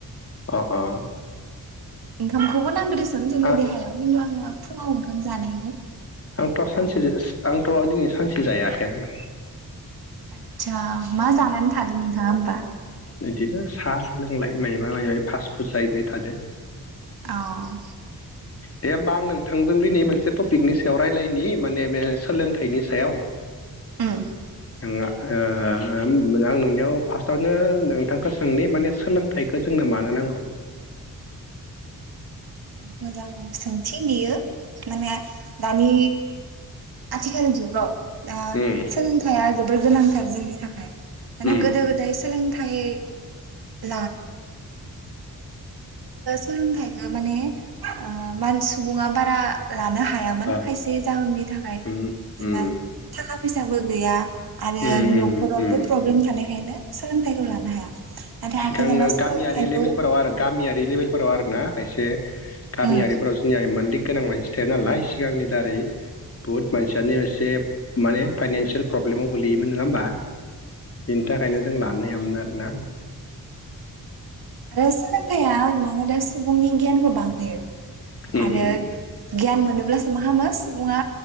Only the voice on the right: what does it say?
ओंखामखौबो नांगौ दिसुन जोंनो
देहायाव खिन्थु आंङो फुङाव ओंखाम जानो हाया।
आदसा मा जानानै थादों नोंथाङा होमबा।
औ।
उम।
मोजां सोंथि बेयो माने दानि। आथिखालनि जुगाव।
सोलोंथाइया जोबोर गोनांथार जोंनि थाखाय माने
गोदो गोदाय सोलोंथाय। <inaudible> सोलोंथाइखौ माने सुबुङा बारा। लानो हायामोन
खायसे जाहोननि थाखाय
जेनबा
थाखा फैसाबो गैया। आरो
नखरावबो
प्रब्लेम थानायखायनो सोलोंथाइखौ लानो हाया।
आथिखालाव सोलोंथाइखौ
उम
आरो सोलोंथाइया मानोना सुबुंनि गियानखौ बांहोयो।
आरो
गियान मोनोब्लासो मा खालामो। सुबुङा